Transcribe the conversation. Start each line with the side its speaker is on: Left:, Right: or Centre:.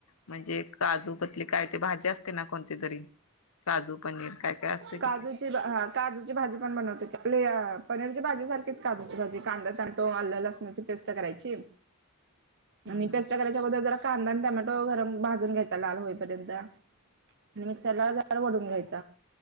Left: म्हणजे काजू कतली काय ते भाजी असते ना कोणती तरी. काजू पनीर काय काय असते कि
Right: काजूची,
Left: ते
Right: हा काजूची भाजी बनवतो की, <unintelligible> पनीरची भाजी सारखीच काजूची भाजी कांदा, टोमॅटो, आलं, लसूणची पेस्ट करायची.
Left: हम्म
Right: आणि
Left: हम्म
Right: पेस्ट करायच्या अगोदर जरा कांदा आन टमॅटो गरम भाजून घ्यायचा लाल होईपर्यंत आणि मिक्सरला जरा वढून घ्यायच.